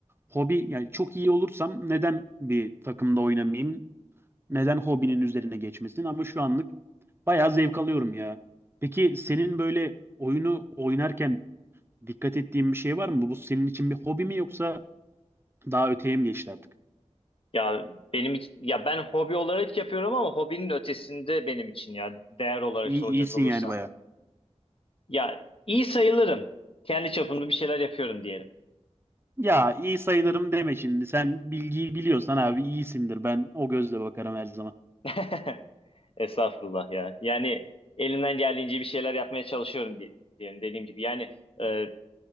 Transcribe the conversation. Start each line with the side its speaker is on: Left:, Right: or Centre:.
Right: hobi yani çok iyi olursam neden bir takımda oynamayayım? Neden hobinin üzerine geçmesin? Ama şu anlık bayağı zevk alıyorum ya. Peki senin böyle oyunu oynarken dikkat ettiğin bir şey var mı? Bu senin için bir hobi mi yoksa daha öteye mi geçti artık?
Left: Ya benim iç- ya ben hobi olarak yapıyorum ama hobinin ötesinde benim için ya değer olarak
Right: İyi,
Left: soracak
Right: iyisin
Left: olursan.
Right: yani bayağı.
Left: Ya iyi sayılırım. Kendi çapımda bir şeyler yapıyorum diyelim.
Right: Ya iyi sayılırım deme şimdi. Sen bilgiyi biliyorsan abi iyisindir. Ben o gözle bakarım her zaman.
Left: <laughs> Estağfurullah ya. Yani elimden geldiğince bir şeyler yapmaya çalışıyorum di- diyelim dediğim gibi. Yani e,